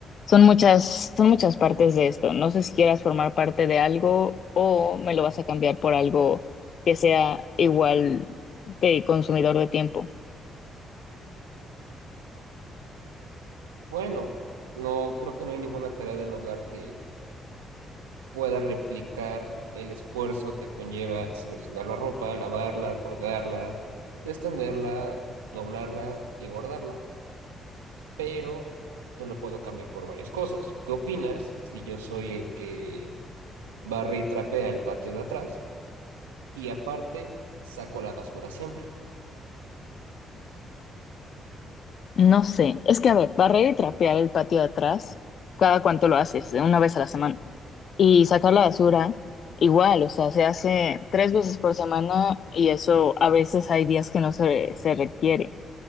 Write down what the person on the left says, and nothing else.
son muchas, son muchas partes de esto. No sé si quieras formar parte de algo o me lo vas a cambiar por algo que sea igual de consumidor de tiempo.
No sé, es que a ver, barrer y trapear el patio de atrás, cada cuánto lo haces, de una vez a la semana. Y sacar la basura, igual, o sea, se hace tres veces por semana y eso a veces hay días que no se, se requiere.